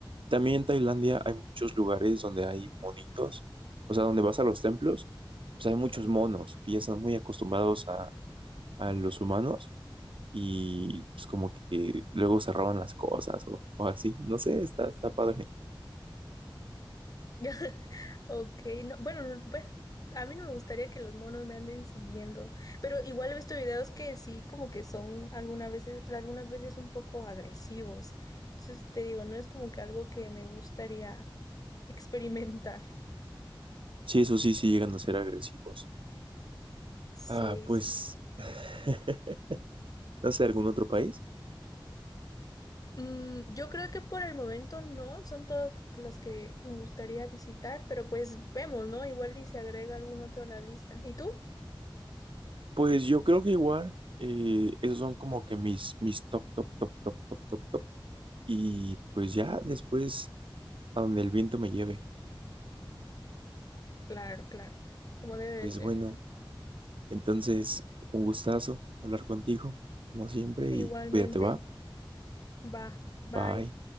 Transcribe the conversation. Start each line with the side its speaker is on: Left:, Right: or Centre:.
Right: También en Tailandia hay muchos lugares donde hay monitos, o sea, donde vas a los templos, pues hay muchos monos que ya están muy acostumbrados a, a los humanos y pues como que luego se roban las cosas o, o así. No sé, está, está padre.
Left: <laughs> Ok, no, bueno, no, pues a mí no me gustaría que los monos me anden siguiendo, pero igual he visto videos que sí, como que son algunas veces, algunas veces un poco agresivos. Entonces te digo, no es como que algo que me gustaría experimentar.
Right: Sí, eso sí, sí llegan a ser agresivos.
Left: Sí,
Right: Ah, pues,
Left: sí, sí.
Right: <laughs> no sé, ¿algún otro país?
Left: Mm, yo creo que por el momento no, son todos los que me gustaría visitar, pero pues vemos, ¿no? Igual y se agrega algún otro a la lista. ¿Y tú?
Right: Pues yo creo que igual, eh, esos son como que mis, mis top, top, top, top, top, top, top. Y pues ya después, a donde el viento me lleve.
Left: Claro, claro, como debe de
Right: Pues
Left: ser.
Right: bueno, entonces, un gustazo hablar contigo, como siempre,
Left: Igualmente.
Right: y cuídate, va.
Left: Va, bye.
Right: Bye.